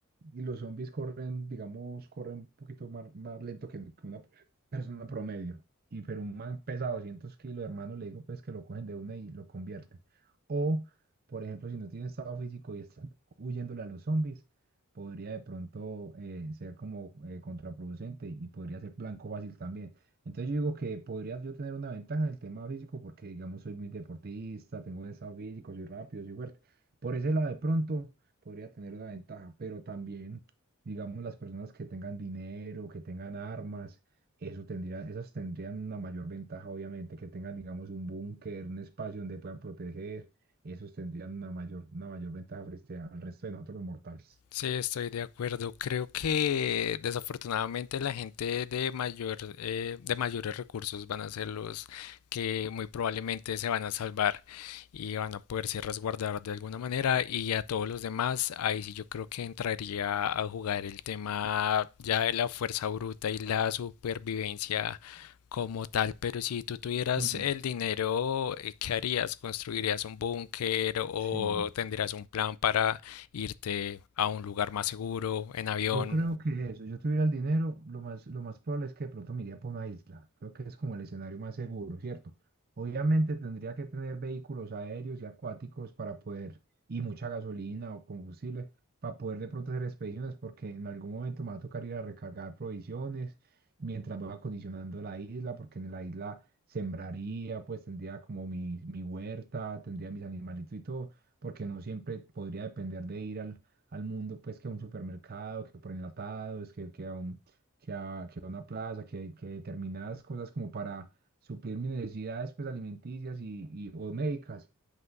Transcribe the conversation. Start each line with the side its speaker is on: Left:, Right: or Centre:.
Right: Y los zombies corren, digamos, corren un poquito más, más lento que, que una persona promedio. Y pero un man pesa 200 kilos, hermano, le digo pues que lo cogen de una y lo convierten. O, por ejemplo, si no tiene estado físico y está <laughs> huyéndole a los zombies, podría de pronto eh, ser como eh, contraproducente y podría ser blanco fácil también. Entonces yo digo que podría yo tener una ventaja en el tema físico porque, digamos, soy muy deportista, tengo buen estado físico, soy rápido, soy fuerte por ese lado, de pronto podría tener una ventaja, pero también, digamos, las personas que tengan dinero, que tengan armas, eso tendría, esas tendrían una mayor ventaja, obviamente, que tengan, digamos, un búnker, un espacio donde puedan proteger, esos tendrían una mayor, una mayor ventaja frente al resto de nosotros los mortales.
Left: Sí, estoy de acuerdo. Creo que desafortunadamente la gente de mayor, eh, de mayores recursos van a ser los que muy probablemente se van a salvar y van a poderse resguardar de alguna manera. Y a todos los demás, ahí sí yo creo que entraría a jugar el tema ya de la fuerza bruta y la supervivencia como tal. Pero si tú tuvieras
Right: Con,
Left: el dinero, eh, ¿qué harías? ¿Construirías un búnker o
Right: sí.
Left: tendrías un plan para irte a un lugar más seguro, en avión.
Right: Yo creo que eso, yo tuviera el dinero, lo más, lo más probable es que de pronto me iría por una isla. Creo que es como el escenario más seguro, ¿cierto? Obviamente tendría que tener vehículos aéreos y acuáticos para poder, y mucha gasolina o combustible, para poder de pronto hacer expediciones, porque en algún momento me va a tocar ir a recargar provisiones mientras va acondicionando la isla, porque en la isla sembraría, pues tendría como mi, mi huerta, tendría mis animalitos y todo, porque no siempre podría depender de ir al al mundo, pues que a un supermercado, que por enlatados, que, que a un, que a, que a una plaza, que, que determinadas cosas como para suplir mis necesidades pues alimenticias y, y o médicas.